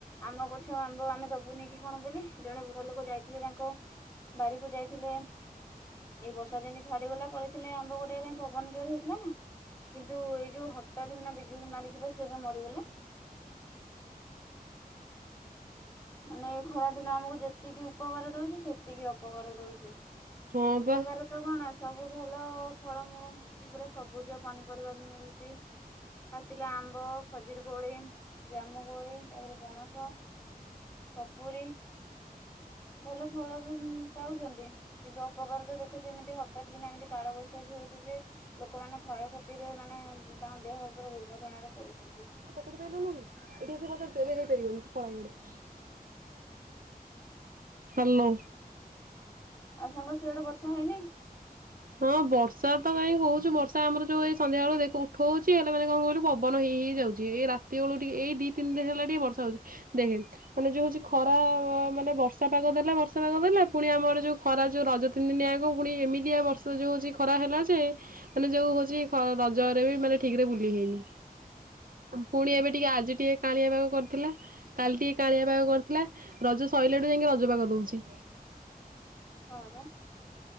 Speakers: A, on the left; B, on the right.
A: ଆମ ଗଛ ଆମ୍ବ ଆମେ ଦବୁନି କି କଣ ବୋଲି ଜଣେ ବୁଢା ଲୋକ ଯାଇଥିଲେ ତାଙ୍କ ବାରିକୁ ଯାଇଥିଲେ ଏଇ ବର୍ଷା ଯେମିତି ଛାଡିଗଲା ପଳେଇଥିଲେ ଆମ୍ବ ଗୋଟେବା ପାଇଁ ପବନ ଜୋରେ ହେଇଥିଲା ନା। କିନ୍ତୁ ଏଇ ଯୋଉ ହଟାତ୍ କିନା ବିଜୁଳି ମାରିିକି ବା ସେ ମରିଗଲେ। ମାନେ ଖରା ଦିନ ଆମକୁ ଯେତିକି ଉପକାର ଦଉଛି ସେତିକି ଅପକାର ଦଉଛି।
B: ହଁ
A: ଉପକାର
B: ବା।
A: ତ କଣ ସବୁ ଭଲ ଫଳମୂଳ ମିଳୁଛି ପୁରା ସବୁଜ ପନିପରିବା ବି ମିଳୁଛି। ପାଚିଲା ଆମ୍ବ ଖଜୁରୀ କୋଳି ଜାମୁ କୋଳି ତାପରେ ପଣସ ସପୁରୀ ଭଲ ଫଳ ବି ପାଉଛନ୍ତି। କିନ୍ତୁ ଅପକାର ତ ଦେଖୁଛ ଏମିତି ହଠାତ୍ କିନା ଏମିତି କାଳବୈଶାଖୀ ହଉଛି ଯେ ଲୋକମାନେ କ୍ଷୟକ୍ଷତିରେ ମାନେ ତାଙ୍କ ଦେହ ଉପରେ ଦୁର୍ଘଟଣାରେ ପଡୁଛନ୍ତି।
B: ସେଥିପାଇଁ ତ ନଉନି ଏଠି ଆସି ବସିଯାଉଛି ଏବେ ହେଇ ପାରିବନି ପଳା ଇଆଡେ। ହାଲୋ।
A: ଆଉ ସାଙ୍ଗ ସିଆଡେ ବର୍ଷା ହେଇନି?
B: ହଁ ବର୍ଷା ତ କାହିଁକି ହଉଛି ବର୍ଷା ଆମର ଯୋଉ ଏଇ ସନ୍ଧ୍ୟାବେଳୁ ଦେଖ ଉଠଉଛି ହେଲେ ମାନେ କଣ କହିଲୁ ପବନ ହେଇ ହେଇ ଯାଉଛି। ଛି ଏଇ ରାତି ବେଳକୁ ଟିକେ ଏଇ ଦି ତିନି ଦିନ ହେଲା ଟିକେ ବର୍ଷା ହଉଛି ଦେଖେ ମାନେ ଯୋଉ ହଉଛି ଖରା ମାନେ ବର୍ଷା ପାଗ ଦେଲା ବର୍ଷା ପାଗ ଦେଲା ପୁଣି ଆମର ଯୋଉ ଖ ଖାରା ଯୋଉ ରଜ ତିନିଦିନ ଯାକ ପୁଣି ଏମିତିଆ ବର୍ଷ ର୍ଷ ଯୋଉ ହଉଛି ଖରା ହେଲା ଯେ ମାନେ ଯୋଉ ହଉଛି ଖ ରଜରେ ବି ମାନେ ଠିକ୍ ରେ ବୁଲି ହେଇନି। ପୁଣି ଏବେ ଟିକେ ଆଜି ଟିକେ କାଣିଆ ପାଗ କରିଥିଲା। କାଲି ଟିକେ କାଣିଆ ପାଗ କରିଥିଲା ରଜ ସରିଲାଠୁ ଯାଇଁକି ରଜ ପାଗ ଦଉଛି।
A: ହଁ ବା